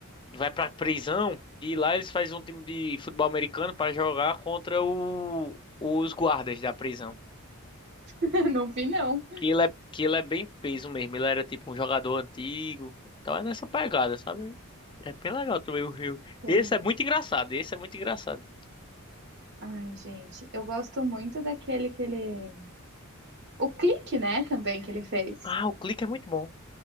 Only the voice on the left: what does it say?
vai pra prisão e lá eles fazem um time de futebol americano para jogar contra o- os guardas da prisão.
Que ele é, que ele é bem peso mesmo, ele era tipo um jogador antigo. Então é nessa pegada, sabe? É bem legal também o filme.
Esse é muito engraçado, esse é muito engraçado.
Ah, o clique é muito bom.